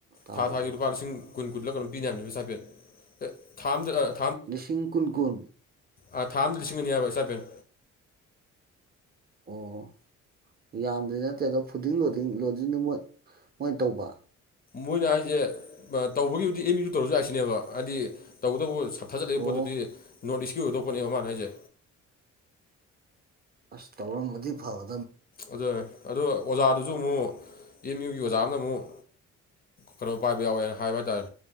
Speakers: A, on the right (about 30°); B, on the left (about 30°).
A: ꯇꯥꯎꯗꯦ
B: ꯊꯥ ꯊꯥꯒꯤ ꯂꯨꯄꯥ ꯂꯤꯁꯤꯡ ꯀꯨꯟ ꯀꯨꯜꯂ ꯀꯩꯅꯣꯝ ꯄꯤꯅꯦ ꯍꯥꯏꯕꯅꯦꯕ ꯁ꯭ꯇꯥꯏꯄꯦꯟ ꯑꯦ ꯊꯥ ꯑꯝꯗ
A: ꯂꯤꯁꯤꯡ ꯀꯨꯟ ꯀꯨꯨꯟ
B: ꯑꯥ ꯊꯥ ꯑꯃꯗ ꯂꯤꯁꯤꯡ ꯑꯅꯤ ꯍꯥꯏꯕ ꯁ꯭ꯇꯥꯏꯄꯦꯟ
A: ꯑꯣ ꯌꯥꯝꯕꯗꯤ ꯅꯠꯇꯦ ꯑꯗꯣ ꯐꯨꯗꯤꯡ ꯂꯣꯗꯤꯡ ꯂꯣꯗꯤꯡꯗꯨ ꯃꯣꯏ ꯃꯣꯏ ꯇꯧꯕ
B: ꯃꯣꯏꯅ ꯍꯥꯏꯁꯦ ꯇꯧꯕꯒꯤꯕꯨꯗꯤ ꯑꯦꯝ ꯌꯨꯗ ꯇꯧꯔꯁꯨ ꯌꯥꯥꯏ ꯁꯤꯅꯦꯕ ꯍꯥꯏꯗꯤ ꯇꯧꯕꯇꯕꯨ ꯊꯥꯖꯤꯜꯂꯛꯏꯕ
A: ꯑꯣ
B: ꯄꯣꯠꯇꯨꯗꯤ ꯅꯣꯔꯠ ꯏꯁꯀꯤ ꯑꯣꯏꯗꯧꯕꯄꯣꯠꯅꯦ ꯃꯥꯅ ꯍꯥꯏꯖꯦ
A: ꯑꯁ ꯇꯧꯔꯝꯃꯗꯤ ꯐꯕ
B: ꯑꯗꯣ ꯑꯗꯣ ꯑꯣ ꯑꯣꯖꯥꯗꯨꯁꯨ ꯑꯃꯨꯛ ꯑꯦꯝ ꯌꯨꯒꯤ ꯑꯣꯖꯥ ꯑꯃꯅ ꯑꯃꯨꯛ ꯀꯩꯅꯣ ꯄꯥꯏꯕ ꯌꯥꯎꯋꯦꯅ ꯍꯥꯏꯕ ꯇꯥꯔꯦ